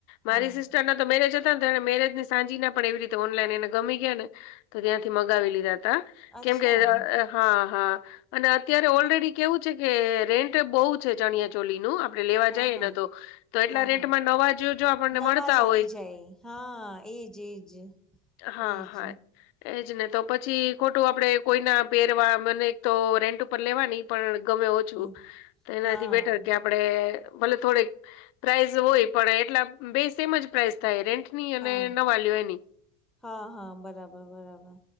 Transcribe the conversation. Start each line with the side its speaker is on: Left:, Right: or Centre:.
Centre: હા
Left: મારી સિસ્ટરને તો મેરેજ હતા ને મેરેજ ને સાંજીી ના પે એવી રીતે ઓનલાઈન એને ગી ગયા ને તો ત્યાંથી મગાવી લીધા હતા
Centre: અચ્છા
Left: કેમ કે હા હા અને અત્યારે ઓલરેડી કેવું છે કે રેન્ટ બહુ છે ચણિયા ચોલીનું આપણે લેવા
Centre: હા
Left: જઈએ
Centre: હા
Left: ને તો તો એટલા
Centre: હા
Left: રેટમાં
Centre: હા
Left: નવા જો જો આપણને
Centre: નવાજ
Left: મળતા
Centre: આવી
Left: હોય
Centre: જાય હા એજ એજ
Left: હા
Centre: એજ
Left: હા એજ ને તો પછી ખોટું આપણેે કોઈના પહેરવા મને એક તો રેન્ટ ઉપર લેવાની પણ ગમે ઓછું
Centre: હમ
Left: તો એનાથી
Centre: હા
Left: બેટર આપે ભલે થોડીક પ્રાઇઝ હોય પડે એટલા બે સ એમ જ પ્રાાઈસ થાય રેન્ટ ની અને
Centre: હા
Left: ન વાલીઓ એની
Centre: હા હા બરાબર બરાબર